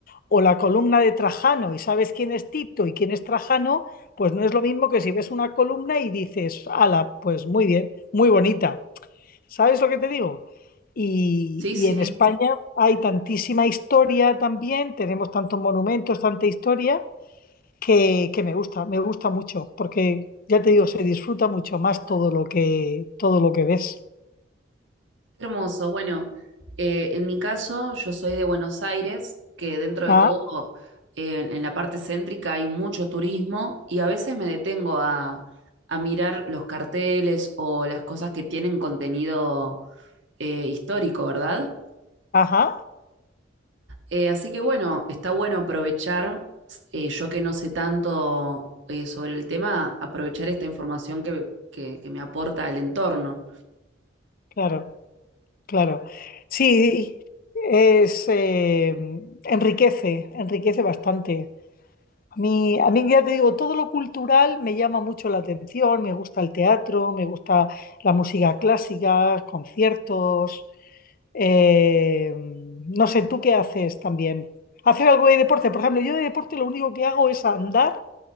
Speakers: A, on the left; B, on the right.
A: o la columna de Trajano y sabes quién es Tito y quién es Trajano, pues no es lo mismo que si ves una columna y dices, ala, pues muy bien, muy bonita. ¿Sabes lo que te digo? Y,
B: Sí,
A: y
B: sí.
A: en España hay tantísima historia también, tenemos tantos monumentos, tanta historia, que, que me gusta, me gusta mucho, porque ya te digo, se disfruta mucho más todo lo que, todo lo que ves.
B: Qué hermoso. Bueno, eh, en mi caso, yo soy de Buenos Aires, que dentro
A: Ah,
B: de todo, eh, en la parte céntrica hay mucho turismo y a veces me detengo a, a mirar los carteles o las cosas que tienen contenido eh, histórico, ¿verdad?
A: ajá,
B: Eh, así que bueno, está bueno aprovechar, eh, yo que no sé tanto eh, sobre el tema, aprovechar esta información que, que que me aporta el entorno.
A: claro, claro. Sí, es, eh, enriquece, enriquece bastante. A mí, a mí ya te digo, todo lo cultural me llama mucho la atención, me gusta el teatro, me gusta la música clásica, conciertos, Eh, no sé, ¿tú qué haces también? ¿Haces algo de deporte? Por ejemplo, yo de deporte lo único que hago es andar,